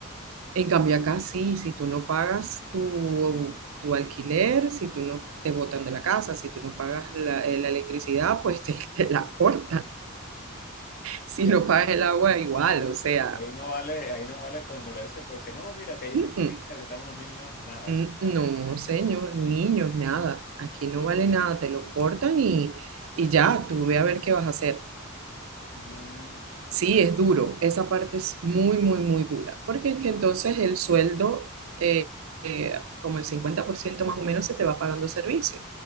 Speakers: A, on the right (about 65°); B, on the left (about 40°).
A: En cambio, acá sí, si tú no pagas tu, tu alquiler, si tú no te botan de la casa, si tú no pagas la, eh, la electricidad, pues <laughs> te, te la cortan. Si
B: Y
A: no
B: ahí,
A: pagas el agua, igual, o sea.
B: no vale, ahí no vale, ahí no vale condolerse porque no, mira, que hay
A: mm,
B: una familia,
A: mm.
B: que están unos niños, nada,
A: Mm,
B: eso no
A: No,
B: vale.
A: señor, niños, nada. Aquí no vale nada, te lo cortan y, y ya, tú ve a ver qué vas a hacer.
B: Mm,
A: Sí,
B: bueno,
A: es duro, esa parte es muy, muy, muy dura, porque es que entonces el sueldo, eh, eh, como el 50% más o menos, se te va pagando servicio